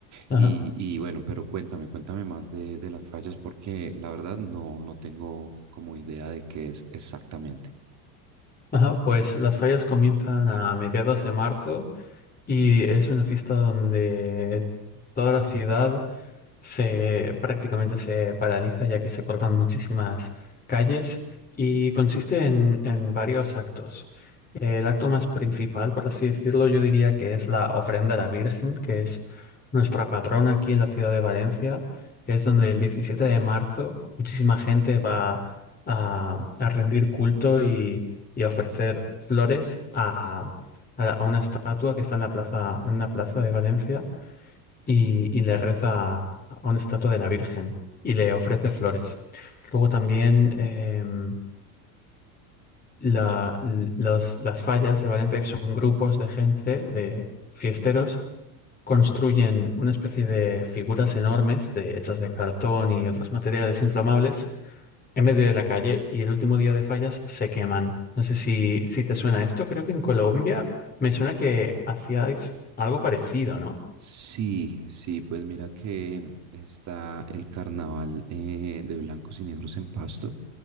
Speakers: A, on the left; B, on the right.
A: Ajá.
B: y, y bueno, pero cuéntame, cuéntame más de, de las fallas, porque la verdad no, no tengo como idea de qué es exactamente.
A: Ajá, pues las fallas comienzan a mediados de marzo y es una fiesta donde toda la ciudad se prácticamente se paraliza ya que se cortan muchísimas calles y consiste en, en varios actos. El acto más principal, por así decirlo, yo diría que es la ofrenda a la Virgen, que es nuestra patrona aquí en la ciudad de Valencia, que es donde el 17 de marzo muchísima gente va a, a rendir culto y, y a ofrecer flores a, a la- a una estatua que está en la plaza, en una plaza de Valencia y, y le reza a una estatua de la Virgen y le ofrece flores. Luego también em, la- l- los- las fallas de Valencia, que son grupos de gente, de fiesteros, construyen una especie de figuras enormes de, hechas de cartón y otros materiales inflamables en medio de la calle y el último día de fallas se queman. No sé si, si te suena esto, creo que en Colombia me suena que hacíais algo parecido, ¿no?
B: Sí, sí, pues mira que mm, está el carnaval eh, de blancos y negros en Pasto,